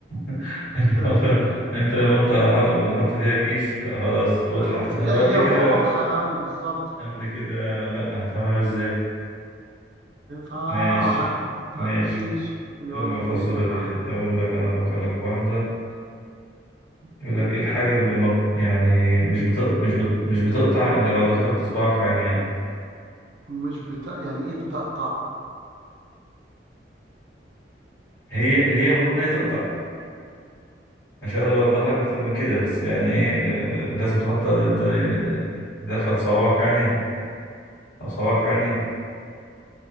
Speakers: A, on the left (about 70°); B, on the right (about 80°).
A: <laughs> انت
B: تمام
A: انت لما قلت هنحط- بنحط فيها كيس خلاص وضحت
B: خلاص
A: انما
B: هي
A: قبل
B: هي
A: كده
B: وا- واضحة قوي بالظبط
A: قبل كده لا هفهمها ازاي
B: آه،
A: ماشي
B: ف
A: ماشي
B: فماشي ويلا
A: حلوة الفزورة
B: قول انت بقى
A: دي
B: حاجة
A: اقول لك انا
B: قول.
A: افكر لك في واحدة يقول لك ايه الحاجة اللي ما يعني مش بت... مش بت... مش بتقطع الا لو دخلت صباعك في عينيها
B: مش بت... يعني ايه بتقطع
A: هي هي المفروض ان هي تقطع مش هقدر اوضح لك اكتر من كده بس يعني ايه آه، لازم تحط انت آه، تدخل صوابعك في عينيها او صوابعك في عينيك